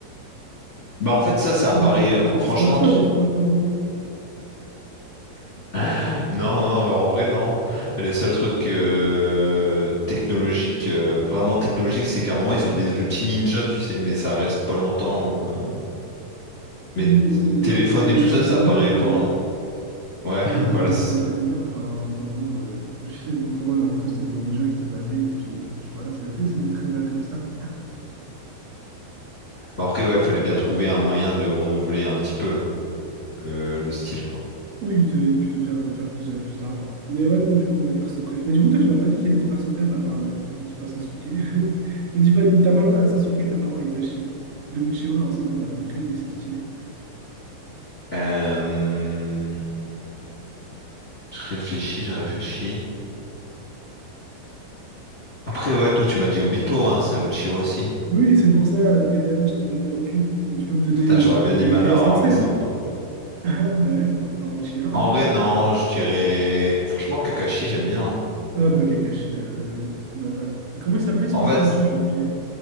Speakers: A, on the left; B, on the right.
A: Bah en fait ça, ça
B: Ils
A: apparaît.
B: ont des, ils ont des
A: Franchement,
B: smartphones
A: tu-
B: et tout maintenant, non?
A: <laughs> <gasps> non non, en vrai non. Les seuls trucs euh, technologiques, euh, vraiment technologiques, c'est qu'à un moment ils ont des outils ninja, tu sais, mais ça reste pas longtemps. euh.
B: Oui,
A: Mais
B: mais
A: t-
B: bon, on n'est
A: téléphone
B: pas dans My
A: et tout
B: Hero
A: ça,
B: Academia,
A: ça apparaît
B: quoi.
A: pas vraiment. Ouais,
B: On n'est
A: <laughs>
B: pas
A: voilà
B: dans My
A: c'est
B: Hero
A: ça.
B: Academia. Enfin, au bout d'un moment, moi, <laughs> je sais, pour moi, Naruto, c'était des ninjas qui se battaient. Et puis, puis voilà, ça- <laughs> c'était très bien comme ça.
A: Bah, après ouais, il fallait bien trouver un moyen de renouveler un petit peu le le style quoi.
B: Oui, et puis de faire, de faire plus, de- plus d'argent. Mais ouais, non, du coup, ouais, perso préf. Mais du coup, toi, tu m'as pas dit quel était ton perso préf à part. euh, bah, me dis pas Sasuke. <laughs> Me dis pas, t'as pas le droit à Sasuke, t'as pas le droit à Itachi. Les Uchiwa, hein, c'est bon, on a compris, ils sont stylés.
A: Euh, Je réfléchis, je réfléchis. Après, ouais, toi, tu m'as dit Obito, hein, c'est un Uchiwa aussi.
B: Oui, c'est pour ça que derrière, je t'ai donné Rock Lee. Mais tu peux me donner,
A: Putain, j'aurais
B: tu peux
A: bien
B: me
A: dit
B: donner
A: Madara,
B: Guy Sensei,
A: mais c'est
B: hein.
A: mort.
B: <laughs> Ah ouais, mais encore Uchiha, hein.
A: En vrai, non, je dirais... Franchement, Kakashi, j'aime bien. hein.
B: Ah bah, Kakashi, la, le- la base. Et comment il s'appelait son
A: En fait,
B: père déjà? J'ai oublié.